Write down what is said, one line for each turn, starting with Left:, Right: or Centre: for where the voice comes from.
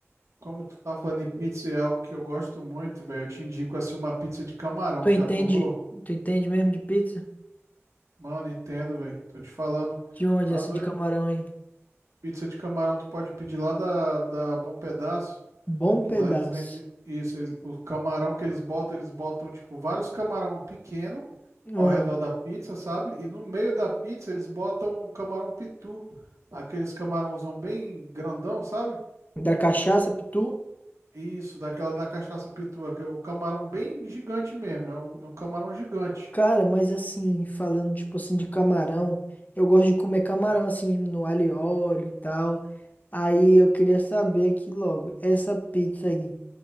Right: como tu tá falando em pizza, é algo que eu gosto muito, velho. Eu te indico assim uma pizza de camarão.
Left: Tu
Right: Tu
Left: entende,
Right: já provou?
Left: tu entende mesmo de pizza?
Right: Mano, entendo, velho. Tô te falando.
Left: De onde
Right: Tá
Left: essa
Right: doido?
Left: de camarão aí?
Right: Pizza de camarão tu pode pedir lá da, da Bom Pedaço.
Left: Bom
Right: Que
Left: pedaço.
Right: lá eles vendem isso, ele- o camarão que eles botam, eles botam tipo vários camarão pequeno
Left: Ah,
Right: ao redor da pizza, sabe? E no meio da pizza eles botam o camarão pitu, aqueles camarãozão bem grandão, sabe?
Left: da cachaça, pitu?
Right: Isso, daquela da cachaça pitu, aque- o camarão bem gigante mesmo, é um, é um camarão gigante.
Left: Cara, mas assim, falando tipo assim de camarão, eu gosto de comer camarão
Right: Hum.
Left: assim no alho e óleo e tal. Aí eu queria saber aqui logo, essa pizza aí.